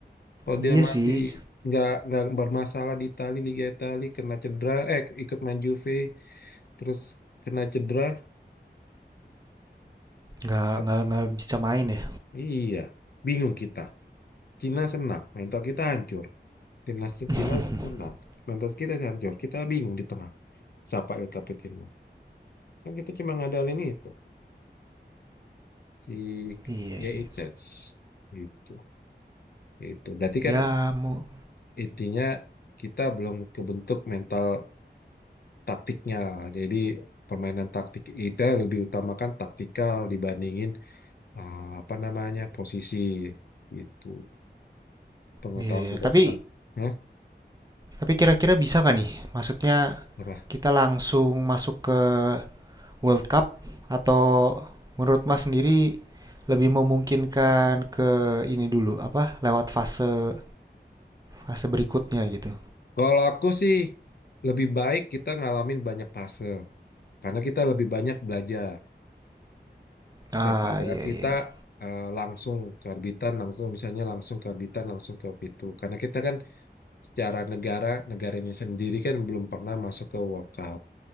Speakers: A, on the left; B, on the right.
A: Kalau
B: Iya
A: dia
B: sih,
A: masih nggak nggak bermasalah di Itali Liga Itali kena cedera eh ikut main Juve terus kena cedera
B: nggak
A: eh,
B: nggak nggak bisa main ya.
A: iya bingung kita. Cina senang mental kita hancur timnas
B: <laughs>
A: Cina senang mental kita hancur kita bingung di tengah siapa El Capitano kan kita cuma ngadalin itu si
B: Iya
A: YIZ
B: iya.
A: itu itu berarti kan
B: Ya mau
A: intinya kita belum kebentuk mental taktiknya jadi permainan taktik kita lebih utamakan taktikal dibandingin ah, apa namanya posisi itu pengetahuan
B: iya ya.
A: kita
B: Tapi
A: tentang Hah?
B: tapi kira-kira bisa nggak nih? Maksudnya
A: apa
B: kita langsung masuk ke World Cup atau menurut Mas sendiri lebih memungkinkan ke ini dulu apa lewat fase fase berikutnya gitu.
A: kalau aku sih lebih baik kita ngalamin banyak fase karena kita lebih banyak belajar
B: Ah
A: daripada
B: iya
A: kita
B: iya. iya.
A: eh, langsung ke arbitan langsung misalnya langsung ke arbitan langsung ke itu karena kita kan secara negara negara ini sendiri kan belum pernah masuk ke World Cup